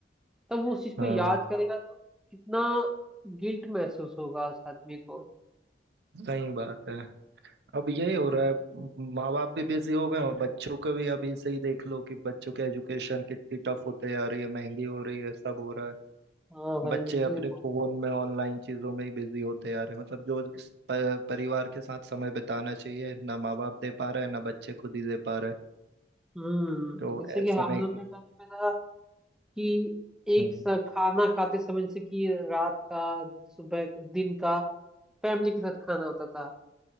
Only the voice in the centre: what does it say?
तब वो उस चीज को
याद करेगा तो कितना गिल्ट महसूस होगा उस आदमी को
हाँ भाई
लिटरली
हम्म
जैसे
कि हम
लोग के टाइम पे था कि एक
साथ खाना खाते समय जैसे कि रात का सुबह दिन का फैमिली के साथ खाना होता था